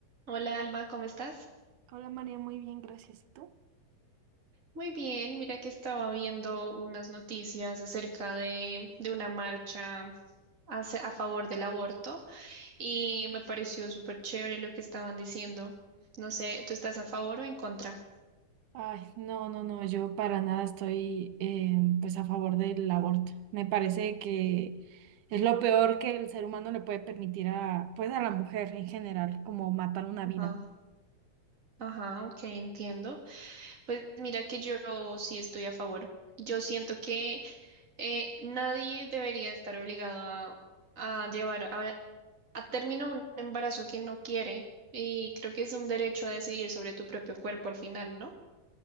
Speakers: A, on the right; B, on the right.
A: Hola Alma, ¿cómo estás?
B: Hola María, muy bien, gracias. ¿Y tú?
A: Muy bien, mira que estaba viendo unas noticias acerca de, de una marcha hace- a favor del aborto y me pareció súper chévere lo que estaban diciendo. No sé, ¿tú estás a favor o en contra?
B: Ay, no, no, no, yo para nada estoy em, pues a favor del aborto. Me parece que es lo peor que el ser humano le puede permitir a, pues a la mujer en general, como matar una
A: Ajá,
B: vida.
A: ajá, ok, entiendo. Pues mira que yo sí estoy a favor. Yo siento que Eh, nadie debería estar obligado a, a llevar a, a término un embarazo que no quiere y creo que es un derecho a decidir sobre tu propio cuerpo al final, ¿no?